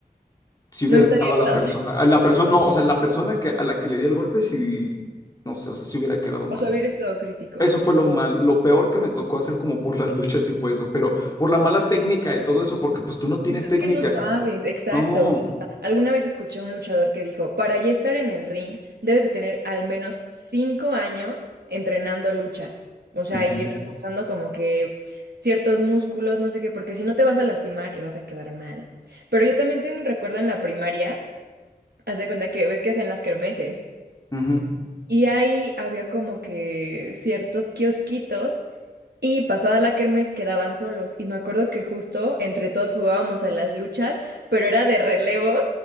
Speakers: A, on the left; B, on the right.
A: si hubiera
B: No estaría
A: dejado a la
B: hablando.
A: persona, a la persona, no, o sea, la persona que, a la que le di el golpe, si, no sé, o sea, si hubiera quedado mal.
B: O sea, hubiera estado crítico.
A: Eso fue lo mal, lo peor que me tocó hacer como por las luchas y fue eso, pero por la mala técnica y todo eso, porque pues tú no tienes
B: Pues Es
A: técnica.
B: que no sabes, exacto.
A: No.
B: O sea, alguna vez escuché a un luchador que dijo, para ya estar en el ring, debes de tener al menos cinco años entrenando lucha. O sea,
A: Ujú,
B: y reforzando como que ciertos músculos, no sé qué, porque si no te vas a lastimar y vas a quedar mal. Pero yo también tengo un recuerdo en la primaria, haz de cuenta que ves que hacen las kermeses.
A: ujú.
B: Y ahí había como que ciertos kiosquitos y pasada la kermés quedaban solos. Y me acuerdo que justo entre todos jugábamos a las luchas, pero era de relevos.